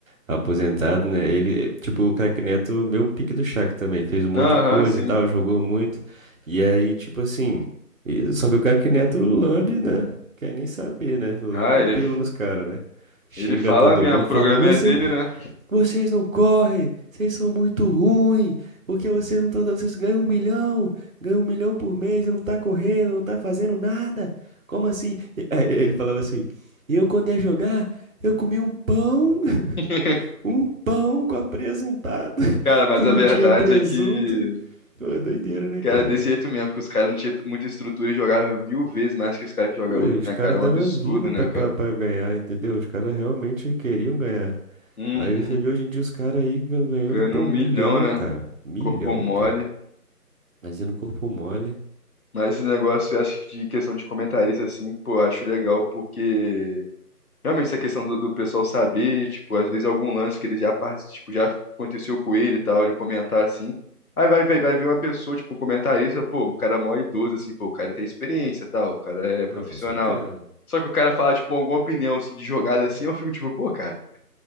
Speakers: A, on the right (about 55°); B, on the left (about 65°).
A: aposentados, né? Ele, eh, tipo, o Craque Neto, mesmo pique do Shaq também, fez um monte
B: Aham,
A: de coisa
B: sim.
A: e tal, jogou muito. E aí, tipo assim, e- só que o Craque Neto lambe, né? Quer nem saber, né? Lambe
B: Ah, ele,
A: o pelo nos caras, né? Xinga
B: ele fala
A: todo
B: mesmo,
A: mundo,
B: o
A: fala,
B: programa
A: você
B: é dele, né?
A: vocês não correm, vocês são muito ruins, porque vocês não estão dando, vocês ganham um milhão, ganham um milhão por mês e não tá correndo, não tá fazendo nada. Como assim? E- aí Ele falava assim: eu quando ia jogar, eu comi um pão, <laughs>
B: <laughs>
A: um pão com apresuntado, <laughs>
B: Cara, mas
A: que
B: a
A: não
B: verdade
A: tinha presunto.
B: é que
A: Pô, é doideira, né,
B: Cara,
A: cara?
B: desse jeito mesmo, porque os caras não tinham muita estrutura e jogavam mil vezes mais que os caras que jogam
A: Pô, os
B: hoje, né,
A: caras
B: cara?
A: davam
B: É um absurdo,
A: vida pra,
B: né,
A: pra,
B: cara?
A: pra ganhar, entendeu? Os caras realmente queriam ganhar.
B: Uhum.
A: Aí você vê hoje em dia os caras aí gan- ganhando,
B: Ganhando
A: pô,
B: um
A: milhão,
B: milhão, né?
A: cara. Milhão,
B: Corpo mole.
A: pô. Imagina o corpo mole.
B: Mas esse negócio, eu acho que de questão de comentarista, assim, pô, eu acho legal porque Realmente, essa questão do, do pessoal saber, tipo, às vezes algum lance que ele já, parti- tipo, já aconteceu com ele e tal, ele comentar assim. Aí vai, vai, vai ver uma pessoa, tipo, um comentarista, pô, o cara é mó idoso, assim, pô, o cara tem experiência e tal, o cara é
A: Não,
B: profissional.
A: com certeza.
B: Só que o cara fala, tipo, alguma opinião, assim, de jogada, assim, eu fico, tipo, pô, cara,